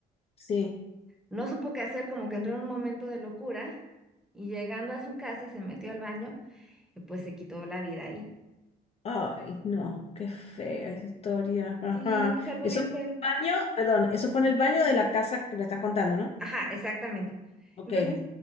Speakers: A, on the left; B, in the centre.
A: Sí.
B: no supo qué hacer, como que entró en un momento de locura y llegando a su casa se metió al baño y pues se quitó la vida ahí.
A: Ay, no, qué fea esa historia. Ajá.
B: Sí, es algo
A: Eso
B: bien
A: fue
B: feo.
A: en el baño, perdón, eso fue en el baño de la casa que me estás contando, ¿no?
B: Ajá, exactamente.
A: Ok.
B: Entonces,